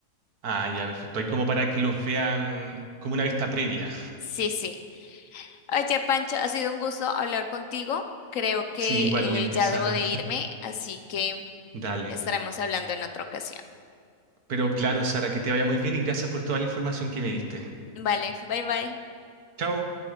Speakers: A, on the right (about 80°); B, on the left (about 65°).
A: Ah, ya, perfecto. Hay como para que los vean como una vista previa.
B: Sí, sí. Oye, Pancho, ha sido un gusto hablar contigo. Creo que
A: Sí, igualmente,
B: eh, ya
A: Sara.
B: debo de irme, así que
A: <laughs> Dale.
B: estaremos hablando en otra ocasión.
A: Pero claro, Sara, que te vaya muy bien y gracias por toda la información que me diste.
B: Vale, bye bye.
A: Chao.